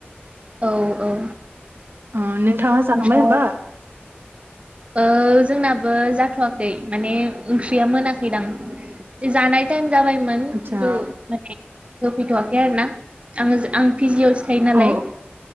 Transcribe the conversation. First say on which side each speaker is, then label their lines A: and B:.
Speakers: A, on the right; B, on the right.
A: औ औ
B: अ नोंथाङा
A: ओमफ्राय
B: जाखांबाय ओमबा
A: ओ जोंनाबो जाथ'वाखै माने ओंख्रिया मोनाखैदां जानाय टाइम जाबायमोन
B: आदसा
A: खिन्थु माने होफैथ'वाखै आरोना आङो आं फिजियावस थायो नालाय
B: औ